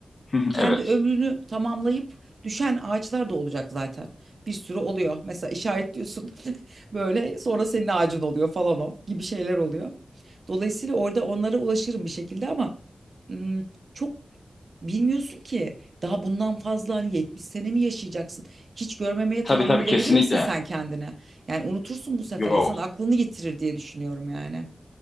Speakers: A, on the left (about 50°); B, on the right (about 65°).
A: Hı hı,
B: kendi
A: Evet.
B: ömrünü tamamlayıp düşen ağaçlar da olacak zaten. Bir sürü oluyor. Mesela işaretliyorsun <laughs> böyle sonra senin ağacın oluyor falan o gibi şeyler oluyor. Dolayısıyla orada onlara ulaşırım bir şekilde ama hmm, çok bilmiyorsun ki daha bundan fazla hani 70 sene mi yaşayacaksın? Hiç görmemeye
A: Tabii
B: tahammül
A: tabii
B: edebilir
A: kesinlikle.
B: misin sen kendine? Yani unutursun bu sefer
A: Yok.
B: insan aklını yitirir diye düşünüyorum yani.